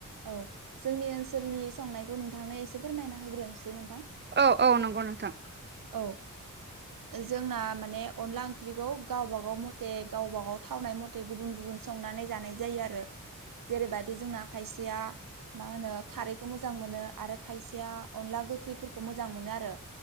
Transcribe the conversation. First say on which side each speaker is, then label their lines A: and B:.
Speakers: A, on the right; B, on the right.
A: औ जोंनि ओनसोलनि संनायखौ नोंथांनो एसे फोरमायना होग्रोनोसै नोंथां
B: औ औ नंगौ नोंथां
A: औ जोंना माने अनला ओंख्रिखौ गावबाागाव मथे गावबा गाव थावनाय म मथे गुबुन गुबुन संनानै जानाय जायो आरो। जेरैबायाददि जोंना खायसेया मा होनो खारैखौ मोजां मोनो आरो खायसेया अनला गोखैफोरखौ मोजां मोनो आरो